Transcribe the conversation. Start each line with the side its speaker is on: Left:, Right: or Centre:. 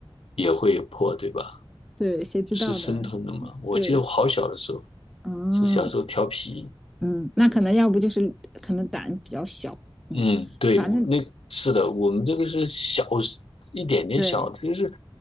Left: 也会破，对吧？
Centre: 对，谁知道呢？
Left: 是生吞的嘛？我记得我好小的时候，
Centre: 对，嗯
Left: 是小时候调皮，
Centre: 嗯，那可能要不就是可能胆比较小，嗯，
Left: 嗯，对，
Centre: 反正
Left: 我那是的，我们这个是小一点点小，
Centre: 对，
Left: 就是